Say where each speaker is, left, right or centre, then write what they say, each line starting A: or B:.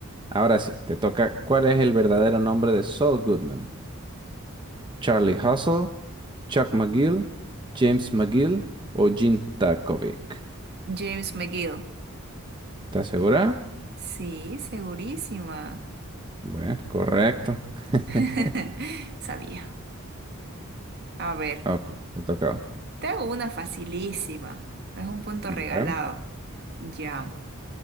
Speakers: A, on the right; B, on the right.
A: Ahora sí, te toca. ¿Cuál es el verdadero nombre de Saul Goodman? ¿Charlie Hustle, Chuck McGill, James McGill o Jean Takovic?
B: James McGill.
A: ¿Estás segura?
B: Sí, segurísima.
A: Bueno, correcto. <laughs>
B: <laughs> Sabía. A ver,
A: Ok, te toca.
B: te hago una facilísima. Es un punto
A: Bueno,
B: regalado.
A: A ver.
B: Ya.